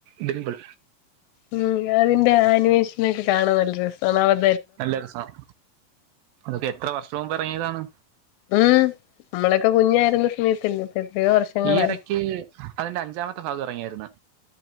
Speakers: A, on the right (about 80°); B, on the left (about 80°).
A: ഡിമ്പിൾ
B: ഉം അതിന്റെ ആനിമേഷനൊക്കെ കാണാൻ നല്ല രസാണ് അവർ
A: നല്ലരസാണ് അതൊക്കെയെത്രവർഷംമുമ്പിറങ്ങി യതാണ്
B: ഉം നമ്മളൊക്കെ കുഞ്ഞായിരുന്ന സമയത്തല്ലേ എത്രയോ വർഷങ്ങളായി
A: ഈയിടക്ക് അതിന്റെ അഞ്ചാമത്തെ ഭാഗം ഇറങ്ങിയായിരുന്നു